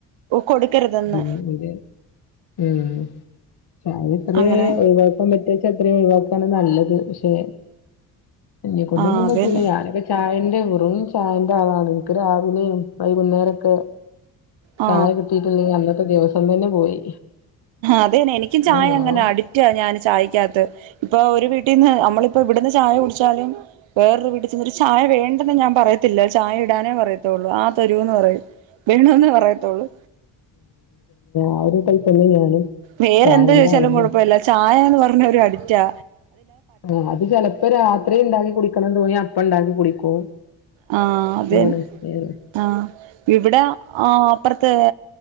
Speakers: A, on the right; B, on the left.
A: കൊടുക്കരുതെന്ന്
B: മ്മ് അതെ മ്മ് ചായത്രേ
A: അങ്ങനെ
B: ഒഴിവാക്കാൻ പറ്റെത്ര അത്രമ് ഒഴിവാക്കാണ് നല്ലത് ക്ഷെ ഞ്ഞെക്കോണ്ടൊന്നും
A: ആഹ് അതന്നെ
B: പറ്റൂല ഞാനൊക്കെ ചായന്റെ വെറും ചായന്റെ ആളാണ് ൻക്ക് രാവിലിം വൈകുന്നേരൊക്കെ
A: ആ
B: ചായ കിട്ടിയിട്ടില്ലെങ്കിൽ അന്നത്തെ ദിവസം തന്നെ പോയി
A: അതെന്നെ എനിക്കും
B: പിന്നെ
A: ചായ
B: നോമ്പ്
A: അങ്ങനെ അഡിറ്റാ ഞാന് ചായക്കകത്ത് ഇപ്പോ ഒരു വീട്ടീന്ന് നമ്മളിപ്പോ ഇവ്ട്ന്ന് ചായ കുടിച്ചാലും വേറൊരു വീട്ടിൽ ചെന്നിട്ട് ചായ വേണ്ടെന്ന് ഞാ പറയത്തില്ല ചായ ടാനേ പറയത്തൊള്ളൂ ആ തരൂന്ന് പറയും വേണംന്ന് പറയത്തൊള്ളൂ
B: അ ഒരു ടൈപ്പെന്നെ ഞാനും
A: വേറെന്ത്
B: ചായന്റെ
A: ചോയ്ച്ചാലും
B: ആളന്നെ
A: കൊഴ്പ്പല്ല ചായാന്ന് പറഞ്ഞ ഒരടിറ്റാ
B: ആ അത് ചെലപ്പോ രാത്രിണ്ടാക്കി കുടിക്കണം തോന്നിയാ അപ്പണ്ടാക്കി കുടിക്കും
A: ആ അതെൻ
B: അങ്ങനെയൊക്കെന്നെയാണ്
A: ആ ഇവിടെ ആ അപ്പർത്തെ